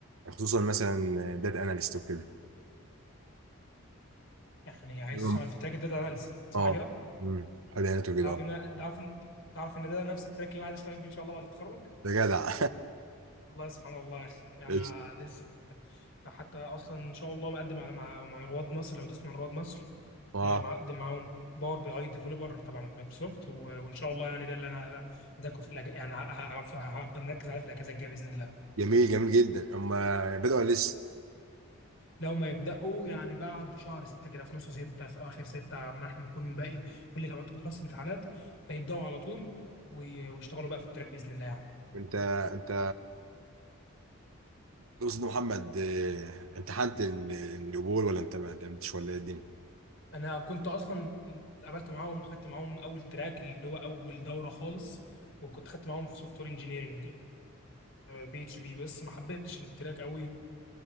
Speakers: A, on the right; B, on the left.
A: خصوصا مثلا داتا اناليست وكده
B: يعني عايز
A: مم.
B: تشتغل في تراك الداتا اناليسيس صح
A: اه
B: كده
A: امم حد عينته كده
B: تعرف
A: اه
B: ان تعرف ان تعرف ان ده نفس التراك اللي انا عايز اشتغل فيه ان شاء الله بعد التخرج
A: ده جدع
B: والله سبحان الله يا اخي يعني
A: <laughs> قشطة.
B: أنا لسه كنت- حتى اصلا ان شاء الله مقدم على مع مع رواد مصر لو تسمع عن رواد مصر
A: اه
B: آه، مقدم معاهم باور بي اي ديفلوبر تبع مايكروسوفت و- وان شاء الله يعني ده اللي انا هداكم في الأج... يعني ه- ه- ه- هفضل مركز عليه في الاجازه الجايه باذن الله
A: جميل جميل جدا هم بدأوا لسه
B: لو ما يبداوا يعني بعد شهر ستة كده في نص ستة في اخر ستة ما احنا نكون باقي كل جامعات خلاص امتحانات فيبداوا على طول وي- ويشتغلوا بقى في التراك باذن الله يعني
A: وانت انت تقصد محمد آه، امتحنت ال- القبول ولا انت ما قدمتش ولا ايه الدنيا؟
B: انا كنت اصلا اتقابلت معاهم وخدت معاهم اول تراك اللي هو اول دوره خالص وكنت خدت معاهم في سوفت وير انجينيرنج بي اتش بي بس ما حبيتش التراك قوي